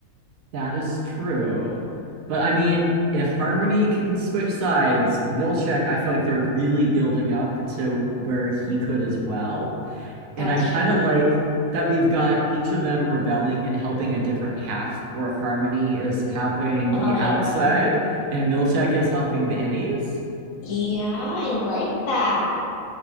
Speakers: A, on the right (about 75°); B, on the left (about 70°).
A: That is true. But I mean, if Harmony can switch sides, Milchek, I feel like they're really building up to where he could as well.
B: Gotcha.
A: And I kind of like that we've got each of them rebelling and helping a different half, where Harmony is helping the
B: I
A: outside
B: know.
A: and Milchek is helping the innies.
B: Yeah, I like that.